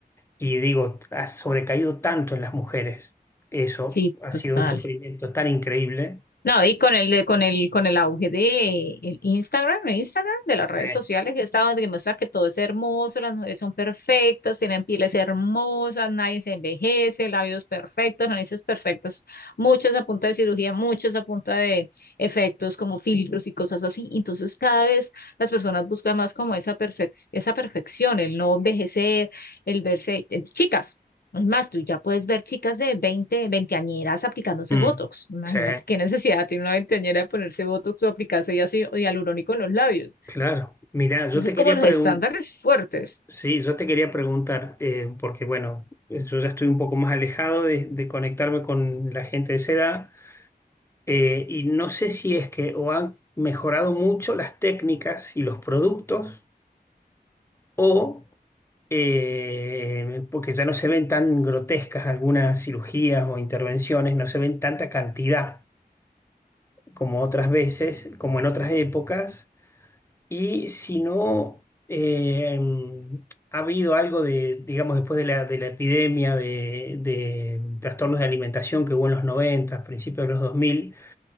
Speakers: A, on the left; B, on the left.
A: Y digo, ha sobrecaído tanto en las mujeres. Eso
B: Sí,
A: ha
B: total.
A: sido un sufrimiento tan increíble.
B: No, y con el, de- con el, con el auge de el Instagram, el Instagram, de las redes
A: Sí.
B: sociales, está donde demuestra que todo es hermoso, las mujeres son perfectas, tienen pieles hermosas, nadie se envejece, labios perfectos, narices perfectas, muchas a punta de cirugía, muchas a punta de efectos como filtros y cosas así. Entonces, cada vez las personas buscan más como esa perfec- esa perfección, el no envejecer, el verse, eh, chicas. Es más, tú ya puedes ver chicas de veinte veinteañeras aplicándose
A: Mm.
B: Botox. Imagínate
A: Sí,
B: qué necesidad tiene una veinteañera de ponerse Botox o aplicarse ya así hialurónico en los labios.
A: claro. Mirá, yo
B: Entonces,
A: te quería
B: como los
A: preguntar,
B: estándares fuertes.
A: sí, yo te quería preguntar, eh, porque bueno, eh, yo ya estoy un poco más alejado de, de conectarme con la gente de esa edad, eh, y no sé si es que o han mejorado mucho las técnicas y los productos, o eh, porque ya no se ven tan grotescas algunas cirugías o intervenciones, no se ven tanta cantidad como otras veces, como en otras épocas, y si no eh, ha habido algo de, digamos, después de la, de la epidemia de, de trastornos de alimentación que hubo en los 90 principios de los 2000